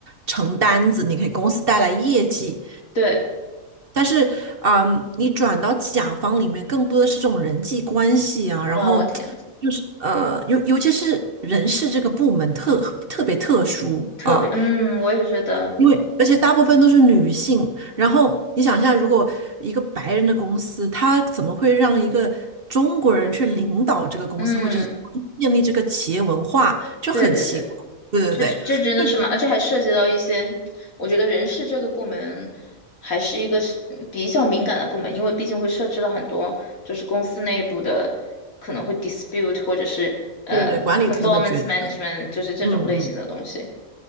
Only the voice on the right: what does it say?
成单子，你可以公司带来业绩。
但是，嗯，你转到甲方里面，更多的是这种人际关系啊，然后
就是呃，尤尤其是人事这个部门特特别特殊啊，
因为而且大部分都是女性。然后你想一下，如果一个白人的公司，他怎么会让一个中国人去领导这个公司，
或者是建立这个企业文化，就很奇怪。
对对对，
就对
对对，管理层的抉择。
嗯嗯。